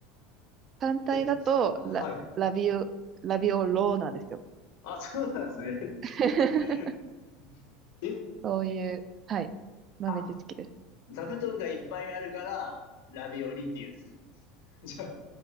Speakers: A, on the right; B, on the left.
A: 単体だと、
B: え、はい。
A: ラ、ラビオ、ラビオローなんですよ。
B: あ、そうなんですね。
A: <laughs>
B: <laughs> え、
A: そういう、はい、豆知識です。
B: あ、座布団がいっぱいあるから、ラビオリって言うんですか <laughs> じゃ